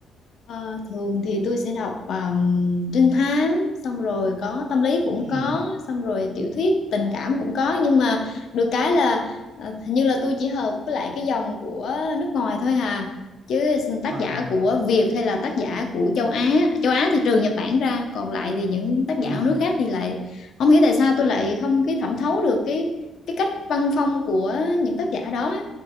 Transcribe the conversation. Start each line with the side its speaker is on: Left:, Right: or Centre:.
Left: Ờ, thường thì tôi sẽ đọc um, trinh thám xong rồi có tâm lý cũng
Right: ừ
Left: có xong rồi tiểu thuyết tình cảm cũng có nhưng mà được cái là ờ, hình như là tôi chỉ hợp với lại cái dòng của nước ngoài thôi hà chứ tác
Right: ờ,
Left: giả của Việt hay là tác giả của châu Á châu Á thì trừ Nhật Bản ra còn lại thì những tác giả
Right: ừ
Left: ở nước khác thì lại không hiểu tại sao tôi lại không cái thẩm thấu được cái cái cách văn phong của những tác giả đó á.